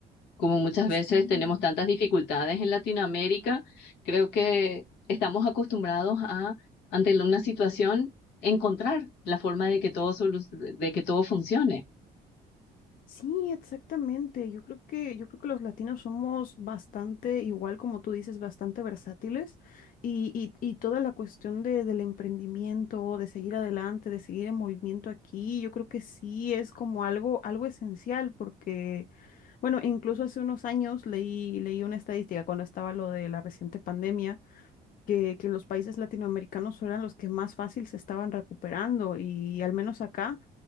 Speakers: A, on the left; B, on the left.
A: como muchas
B: Sí,
A: veces tenemos tantas dificultades en Latinoamérica, creo que estamos acostumbrados a, ante una situación, encontrar la forma de que todo, solu- de que todo funcione.
B: sí, exactamente. Yo creo que, yo creo que los latinos somos bastante, igual como tú dices, bastante versátiles y, y, y toda la cuestión de, del emprendimiento, de seguir adelante, de seguir en movimiento aquí, yo creo que sí es como algo, algo esencial porque... Bueno, incluso hace unos años leí, leí una estadística cuando estaba lo de la reciente pandemia, que, que los países latinoamericanos eran los que más fácil se estaban recuperando y al menos acá,